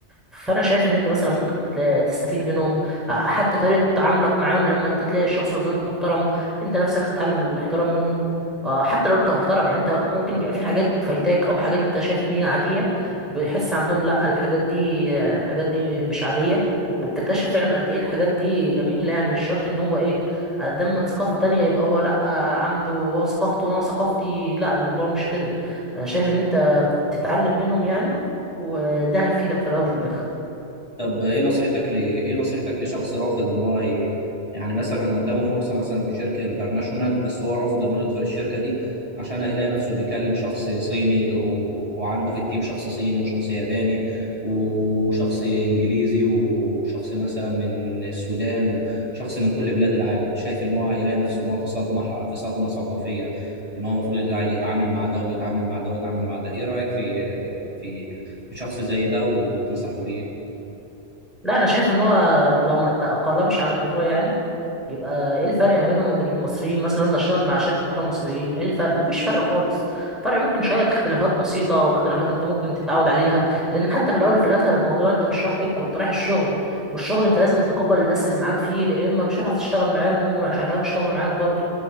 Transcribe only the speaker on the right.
طب ايه نصيحتك ل ايه نصيحتك لشخص رافض ان هو ي... يعني مثلا قدامه فرصة مثلا في شركة انترناشونال بس هو رافض ان هو يدخل الشركة دي عشان هيلاقي نفسه بيكلم شخص صيني و... وعنده في التيم شخص صيني وشخص ياباني وشخص انجليزي وشخص مثلا من السودان وشخص من كل بلاد العالم شايف ان هو هيلاقي نفسه ان هو في صدمة ح- في صدمة ثقافية ان هو المفروض يتعامل مع ده ويتعامل مع ده ويتعامل مع ده ايه رأيك في في في شخص زي ده وتنصحه بيه